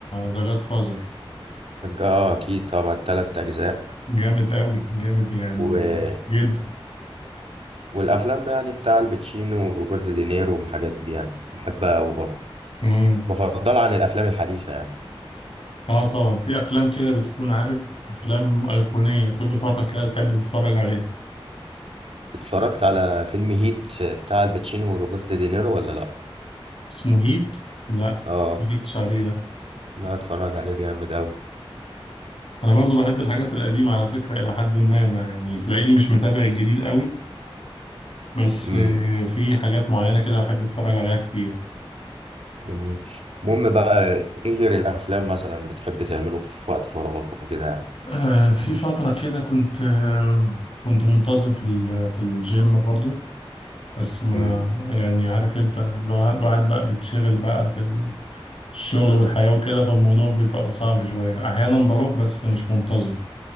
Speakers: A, on the left (about 70°); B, on the right (about 80°).
A: ذا جاد فازر
B: الج- اه أكيد طبعا تلات أجزاء
A: جامد أوي جامد يعني
B: و...
A: جدا
B: والأفلام يعني بتاع الباتشينو وروبرت دينيرو والحاجات دي يعني بحبها أوي برضه
A: مم.
B: بفضلها عن الأفلام الحديثة يعني
A: اه طبعا في أفلام كده بتكون عارف أفلام أيقونية كل فترة كده تحب تتفرج عليها
B: اتفرجت على فيلم هيت بتاع الباتشينو وروبرت دينيرو ولا لأ؟
A: اسمه هيت لا
B: اه
A: مجبتش عليه لا
B: لا اتفرج عليه جامد أوي
A: أنا برضو بحب الحاجات القديمة على فكرة إلى حد ما ما يعني تلاقيني مش متابع الجديد أوي بس
B: امم
A: آه، في حاجات معينة كده بحب أتفرج عليها كتير
B: جميل المهم بقى ايه غير الأفلام مثلا بتحب تعمله في وقت فراغك وكده
A: آه، في فترة كده كنت آه، كنت منتظم في ال- في الجيم برضو بس ما
B: يعني
A: يعني عارف أنت الوا- الواحد بقى بيتشغل بقى في الشغل والحياة وكده فالموضوع بيبقى صعب شوية أحيانا بروح بس مش منتظم